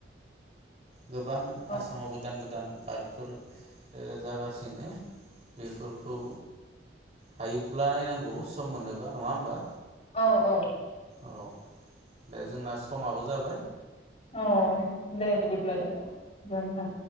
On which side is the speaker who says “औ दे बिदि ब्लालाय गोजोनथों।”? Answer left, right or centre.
Left